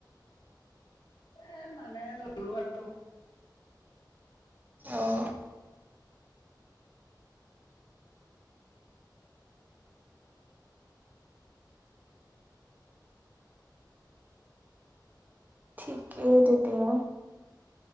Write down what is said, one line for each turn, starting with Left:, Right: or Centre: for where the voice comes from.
Left: অ' মানে ললো আৰু।
Right: অঅ। ঠিকেই দতিয়া।